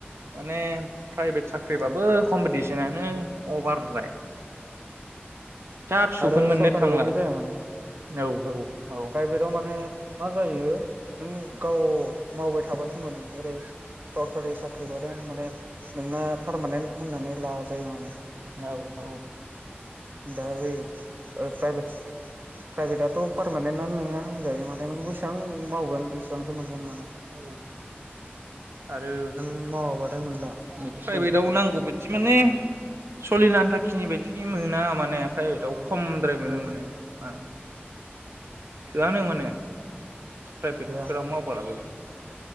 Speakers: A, on the right; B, on the right.
A: माने प्राइभेट होमबाबो कम्पिटिसनानो अभार जायो फिसौखौनो
B: आरो
A: मोननो
B: सरकारि
A: थांला
B: बायदि जाया माने
A: औ औ
B: प्राइभेटाव माने मा जायो नों गाव मावबाय थाबा सोमोनदै ओरै सरकारि साख्रि बाद माने नोंना पारमानेन्ट होननानै लाजायो माने
A: औ औ
B: दा बे प्राइभेट प्राइभेटआथ' पारमानेन्टनो नङा होनजायो माथो नों बेसेबां मावगोन एसेबांसो मोनगोन मान
A: औ आरो
B: नों मावाबाथाय मोनला बिदिसो
A: प्राइभेटआव नांगौ बायदि माने सोलिनानै थाखाखिनि बायदि मोना माने प्राइभेटाव खमद्राय
B: जायो
A: मोनो माने मा थोआनो माने प्राइभेट
B: गैया
A: फोराव मावब्लाबो